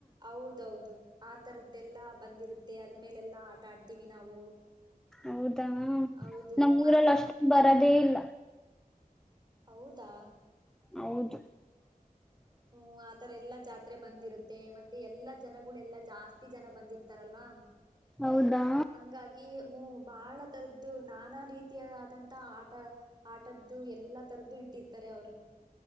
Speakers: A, on the right; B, in the centre.
A: ಹೌದೌದು ಆ ತರದ್ದೆಲ್ಲಾ ಬಂದಿರುತ್ತೆ ಅದ್ರ ಮೇಲೆಲ್ಲಾ ಆಟ ಆಡ್ತೀವಿ ನಾವು
B: ಹೌದಾ ಹ್ಮ
A: ಹೌದು
B: ನಮ್ಮ್ಊರಲ್ಲಿ
A: ಆಮೇ
B: ಅಷ್ಟು ಬರದೇ ಇಲ್ಲ
A: ಹೌದಾ
B: ಹೌದು
A: ಹ್ಮ್ ಆತರ ಎಲ್ಲಾ ಜಾತ್ರೆ ಬಂದಿರುತ್ತೆ ಮತ್ತೆ ಎಲ್ಲಾ ಜನಗಳೆಲ್ಲಾ ಜಾಸ್ತಿ ಜನ ಬಂದಿರ್ತಾರಲ್ವಾ
B: ಹೌದಾ
A: ಹಂಗಾಗಿ ಹ್ಮ್ ಬಹಳ ತರದ್ದು ನಾನಾ ರೀತಿಯಾದಂತ ಆಟ ಆಟದ್ದು ಎಲ್ಲಾ ತರದ್ದು ಇಟ್ಟಿರ್ತಾರೆ ಅವರು